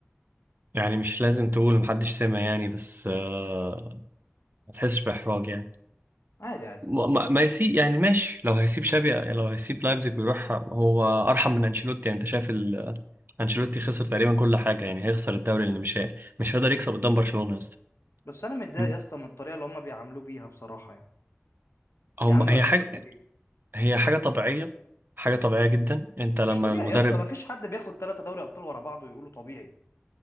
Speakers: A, on the right; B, on the left.
A: يعني مش لازم تقول محدش سمع يعني بس آه ما تحسش بإحراج يعني
B: عادي عادي
A: ما, ما ما يسيب يعني ماشي لو هيسيب شابي لو هيسيب لايبزيج ويروح هو أرحم من أنشيلوتي يعني أنت شايف ال- أنشيلوتي خسر تقريبا كل حاجة يعني هيخسر الدوري لأنه مش هي... مش هيقدر يكسب قدام برشلونة يا اسطى
B: بس انا متضايق
A: م-
B: يا اسطى من الطريقه اللي هم بيعاملوه بيها بصراحه يعني
A: هم
B: بيعاملوا
A: هي
B: انشيلوتي
A: حاجة هي حاجة طبيعية حاجة طبيعية جدا أنت لما
B: مش طبيعي
A: المدرب
B: يا اسطى ما فيش حد بياخد ثلاثة دوري ابطال ورا بعض ويقولوا طبيعي